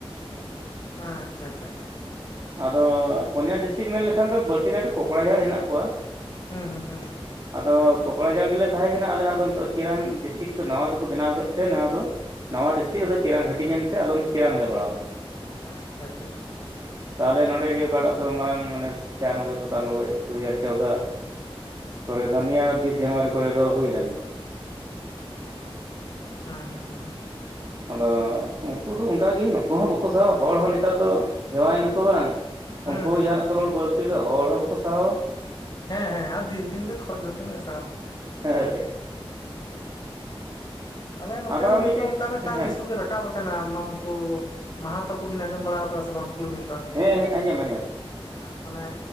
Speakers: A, on the left; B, on the right.
A: ᱟᱪᱪᱷᱟ ᱟᱪᱪᱷᱟ ᱟᱪᱪᱷᱟ᱾
B: ᱟᱫᱚ ᱯᱚᱱᱭᱟ ᱰᱤᱥᱴᱤᱠ ᱢᱮᱱ ᱞᱮᱠᱷᱟᱱ ᱫᱚ ᱵᱟᱹᱲᱛᱤ ᱠᱟᱭᱛᱮ ᱠᱚᱠᱲᱟ ᱡᱷᱟᱲ ᱦᱮᱱᱟᱜ ᱠᱚᱣᱟ᱾
A: ᱦᱩᱸ ᱦᱩᱸ ᱦᱩᱸ
B: ᱟᱫᱚ ᱠᱚᱠᱲᱟ ᱡᱷᱟᱲ ᱜᱮᱞᱮ ᱛᱟᱦᱮᱸ ᱠᱟᱱᱟ ᱟᱞᱮ ᱫᱚ ᱱᱤᱛᱚᱜ ᱪᱤᱨᱟᱝ ᱰᱤᱥᱴᱤᱠ ᱠᱚ ᱱᱟᱣᱟ ᱫᱚᱠᱚ ᱵᱮᱱᱟᱣ ᱠᱮᱫ ᱛᱮ ᱱᱚᱣᱟ ᱫᱚ ᱱᱟᱣᱟ ᱰᱤᱥᱴᱤᱠ ᱟᱫᱚ ᱪᱤᱨᱟᱝ ᱦᱟᱴᱤᱧ ᱮᱱᱛᱮ ᱟᱞᱮ ᱫᱚ ᱪᱤᱨᱟᱝ ᱞᱮ ᱯᱟᱲᱟᱣᱮᱱᱟ᱾
A: ᱟᱪᱪᱷᱟ ᱟᱪᱪᱷᱟ ᱟᱪᱪᱷᱟ᱾
B: ᱛᱟᱦᱞᱮ ᱱᱚᱸᱰᱮ ᱜᱮ ᱚᱠᱟᱴᱟᱜ ᱫᱚ ᱢᱟᱨᱟᱝ ᱢᱟᱱᱮ ᱪᱷᱤᱭᱟᱱᱚᱵᱚᱭ ᱥᱟᱛᱟᱱᱚᱵᱚᱭ ᱫᱩᱦᱟᱡᱟᱨ ᱪᱚᱣᱫᱟ᱾ ᱠᱚᱨᱮ ᱫᱚ ᱱᱤᱭᱟᱹ ᱵᱤᱥ ᱡᱟᱱᱩᱣᱟᱨᱤ ᱠᱚᱨᱮ ᱠᱚ ᱦᱩᱭ ᱞᱮᱱ ᱫᱚ᱾
A: ᱦᱩᱸ ᱦᱩᱸ ᱦᱩᱸ
B: ᱟᱫᱚ ᱩᱱᱠᱩ ᱫᱚ ᱚᱱᱠᱟᱜᱤ ᱱᱩᱠᱩ ᱦᱚᱸ ᱵᱟᱠᱚ ᱥᱟᱵᱟ ᱦᱚᱲ ᱦᱚᱸ ᱱᱮᱛᱟᱨ ᱫᱚ ᱦᱮᱣᱟᱭᱱᱟᱠᱚ ᱵᱟᱝ᱾
A: ᱦᱩᱸ
B: ᱩᱱᱠᱩ
A: ᱦᱩᱸ
B: ᱦᱚᱸ ᱡᱟᱦᱟᱱᱟᱜ
A: ᱦᱩᱸ
B: ᱠᱚ ᱨᱚᱲ ᱵᱟᱞᱛᱤ ᱞᱮ ᱦᱚᱲ ᱦᱚᱸ ᱵᱟᱠᱚ ᱥᱟᱦᱟᱣᱟ
A: ᱦᱮᱸ ᱦᱮᱸ ᱟᱨ ᱫᱤᱱ ᱫᱤᱱ ᱫᱚ ᱠᱷᱚᱭ ᱫᱚ ᱛᱤᱱᱟᱹᱜ-ᱮ ᱥᱟᱦᱟᱣᱟ
B: ᱦᱳᱭ
A: ᱦᱮᱸ ᱦᱮᱸ ᱦᱮᱸ ᱟᱞᱮ ᱱᱚᱛᱮ
B: ᱟᱫᱚ
A: ᱦᱚᱸ ᱜᱚᱝᱠᱮ
B: ᱢᱤᱫᱴᱤᱡ
A: ᱚᱱᱠᱟ ᱢᱤᱫᱴᱟᱝ
B: ᱦᱮᱸ
A: ᱤᱥᱩ ᱜᱮ ᱨᱟᱠ ᱠᱟᱵ ᱟᱠᱟᱱᱟ ᱢᱟᱢᱠᱩ ᱢᱟᱦᱟᱛᱚ ᱠᱩᱵᱤᱱ ᱟᱡᱚᱢ ᱵᱟᱲᱟ ᱟᱠᱟᱫᱟ ᱥᱮ ᱵᱟᱝ ᱠᱩᱲᱢᱤ ᱠᱚ? ᱟᱨᱠᱤ
B: ᱦᱮᱸ ᱦᱮᱸ ᱟᱸᱡᱚᱢ ᱟᱸᱡᱚᱢ᱾
A: ᱦᱮᱸ ᱢᱟᱱᱮ